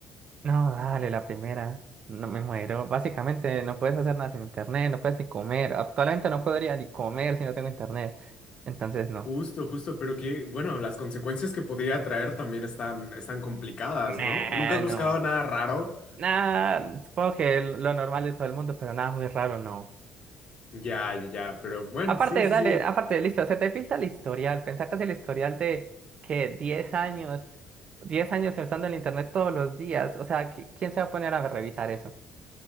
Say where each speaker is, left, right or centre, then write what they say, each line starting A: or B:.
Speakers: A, on the right (about 45°); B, on the left (about 45°).
A: No, dale, la primera. No me muero. Básicamente no puedes hacer nada sin internet, no puedes ni comer. Actualmente no podría ni comer si no tengo internet. Entonces, no.
B: Justo, justo, pero que, bueno, las consecuencias que podría traer también están, están complicadas,
A: Nah,
B: ¿no? ¿Nunca has buscado
A: no.
B: nada raro?
A: Nada, supongo que lo normal de todo el mundo, pero nada muy raro, no.
B: Ya, ya, ya, pero bueno,
A: Aparte,
B: sí, sí,
A: dale,
B: sí.
A: aparte, listo, se te filtra el historial. Pensá que es el historial de que diez años, 10 años usando el internet todos los días. O sea, ¿qui- ¿quién se va a poner a revisar eso?